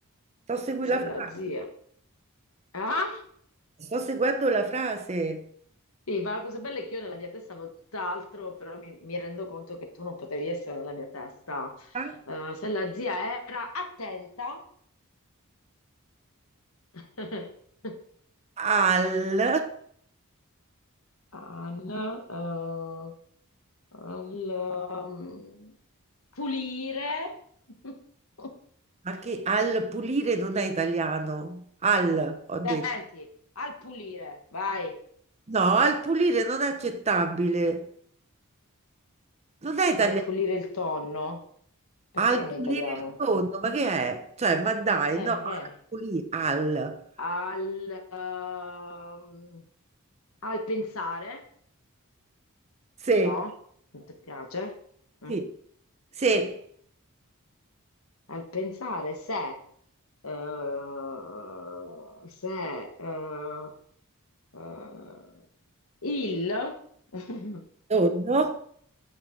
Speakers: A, on the right (about 30°); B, on the left (about 70°).
A: sto seguendo
B: se
A: la frase,
B: la zia, ah,
A: sto seguendo la frase,
B: sì, ma la cosa bella è che io nella mia testa avevo tutt'altro, però mi, mi rendo conto che tu non potevi essere nella mia testa.
A: Ah,
B: Eh, se la zia era attenta, <laughs>
A: al,
B: an, eh, al, um, pulire, <laughs>
A: ma che al pulire non è italiano, al, ho detto,
B: attenti, al pulire, vai.
A: no, al pulire non è accettabile, non è italiano,
B: Al pulire il tonno? Perché
A: al
B: non
A: pulire
B: è italiano?
A: il fondo, ma che è? Cioè, ma dai,
B: Eh,
A: no,
B: ma
A: al
B: che è?
A: pulire, al,
B: al, ehm, al pensare,
A: sì.
B: No? Non ti piace? Mm.
A: Sì, sì,
B: Al pensare se, eh, se eh, eh, il <laughs>
A: tonno,